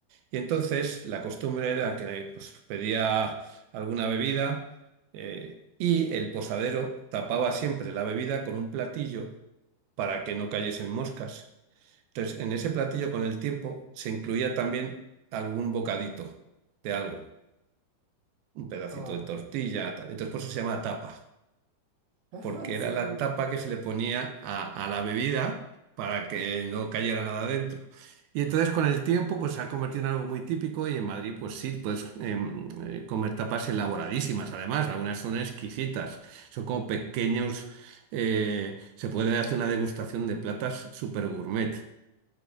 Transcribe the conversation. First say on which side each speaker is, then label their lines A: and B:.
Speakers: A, on the right (about 80°); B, on the right (about 60°).
A: Y entonces la costumbre era que pues, pedía alguna bebida eh, y el posadero tapaba siempre la bebida con un platillo para que no cayesen moscas. Entonces, en ese platillo con el tiempo se incluía también algún bocadito de algo, un pedacito
B: Ah,
A: de tortilla, tal. Entonces, por eso se llama tapa
B: <laughs>
A: porque era
B: súper
A: la
B: in-
A: tapa que se le ponía a, a la bebida para que no cayera nada dentro. Y entonces con el tiempo pues se ha convertido en algo muy típico y en Madrid pues sí, puedes em, eh, comer tapas elaboradísimas además, algunas son exquisitas, son como pequeños, eh, se puede hacer una degustación de platas super gourmet.